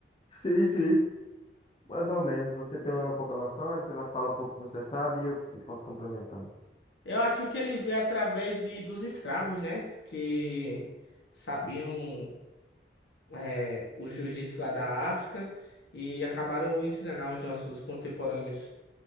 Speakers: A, on the left (about 30°); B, on the left (about 80°).
A: Sim, sim. Mais ou menos. Você tem uma pouca noção, aí você vai falar um pouco que você sabe e eu, eu posso complementar.
B: Eu acho que ele veio através de, dos escravos, né? Que sabiam. é, o jiu-jitsu lá da África e acabaram ensinando aos nossos contemporâneos.